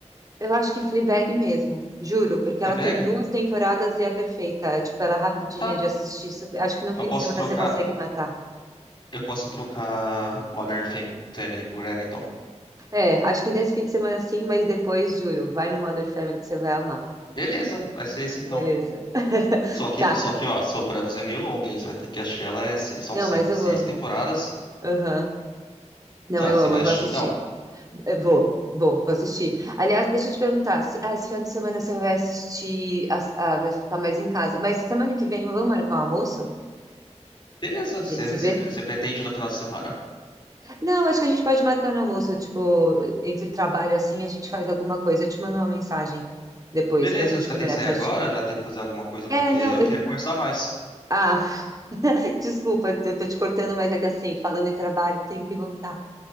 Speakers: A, on the right (about 30°); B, on the left (about 40°).
A: Eu acho que Fleabag mesmo, juro, porque
B: Fleabag?
A: ela tem duas temporadas e é perfeita. Tipo, ela é rapidinha
B: Tá.
A: de assistir. super- Acho que no
B: Eu
A: fim
B: posso
A: de semana
B: trocar.
A: você consegue matar.
B: Eu posso trocar Modern Fam- Family por ela, então.
A: É, acho que nesse fim de semana sim, mas depois, juro, vai no Mother Family que você vai amar.
B: Beleza, vai ser esse então.
A: Beleza. <laughs>
B: Só que,
A: Tá.
B: só que, ó, Sopranos é meio longo, hein? Você vai ter que assistir ela, é se- são
A: Não,
B: seis,
A: mas eu
B: seis
A: amo.
B: temporadas.
A: Aham. Não,
B: Tá,
A: eu
B: você
A: amo,
B: vai
A: eu
B: assistir
A: vou assistir.
B: então?
A: Eu vou, vou, vou assistir. Aliás, deixa eu te perguntar, se, ah, esse fim de semana você vai assistir, as- ah, vai ficar mais em casa, mas semana que vem vamos marcar um almoço?
B: Beleza,
A: A
B: você
A: gente se
B: você-
A: vê?
B: você pretende ir no final de semana?
A: Não, acho que a gente pode marcar no almoço, tipo, entre trabalho assim, a gente faz alguma coisa. Eu te mando uma mensagem depois
B: Beleza,
A: pra gente
B: você vai
A: combinar
B: ter que sair
A: certinho.
B: agora, vai ter que fazer alguma coisa,
A: É,
B: porque
A: não,
B: eu
A: eu.
B: queria conversar mais.
A: Ah, <laughs> desculpa, eu tô te cortando, mas é que assim, falando em trabalho, eu tenho que voltar.